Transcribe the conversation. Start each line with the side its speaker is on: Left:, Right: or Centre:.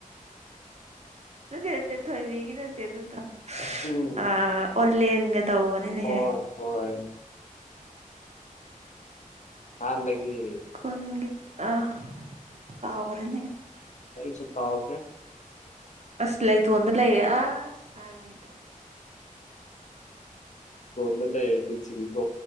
Right: ꯑꯗꯨ ꯅꯦ ꯊꯣꯏꯕꯤꯒ ꯅꯠꯇꯦ ꯑꯗꯨꯗꯣ
Left: ꯎꯝ
Right: ꯑ ꯑꯣꯂꯦꯟꯒ ꯇꯧꯕꯅꯤꯅꯦꯍꯦ
Left: ꯍꯣꯏ ꯍꯣꯏ ꯍꯗꯒꯤ
Right: ꯈꯨꯟꯒꯤ ꯑ ꯀꯥꯎꯒꯔꯦꯅꯦ
Left: ꯑꯩꯁꯨ ꯈꯥꯎꯥꯎꯒꯦ
Right: ꯑꯁ ꯂꯩꯇꯣꯟꯗ ꯂꯩꯔꯦ ꯑ ꯁꯥꯏ ꯥꯏꯗ꯭ꯔꯥ
Left: ꯂ ꯂꯩꯗꯤ ꯏꯆ ꯇ